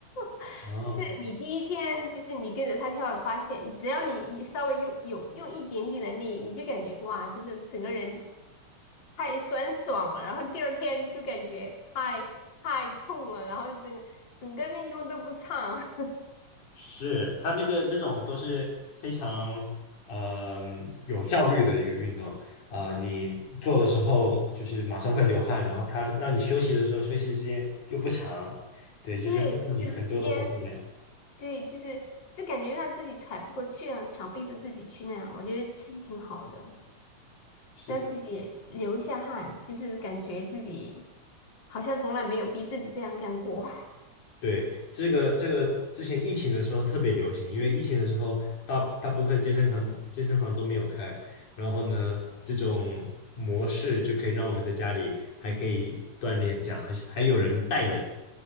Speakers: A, on the left; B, on the left.
A: <laughs>
B: 哦，
A: 就是你第一天就是你跟着他跳，发现只要你一稍微用用用一点点的力，你就感觉哇，真的整个人太酸爽了，然后第二天就感觉太太痛了，然后整整个运动都不畅。<laughs>
B: 是，他那个那种都是非常呃有效率的一个运动啊、呃你做的时候就是马上会流汗，然后它让你休息的时候休息时间又不长，对，就是会让你很多的活动量。
A: 对，就是时间，对，就是就感觉让自己喘不过气了，强逼着自己去那样，我觉得其实挺好的，
B: 是的，
A: 让自己也流一下汗，就是感觉自己好像从来没有逼自己这样干过。
B: 对，这个这个之前疫情的时候特别流行，因为疫情的时候大大部分健身房健身房都没有开，然后呢这种模式就可以让我们在家里还可以锻炼，这样还是还有人带着。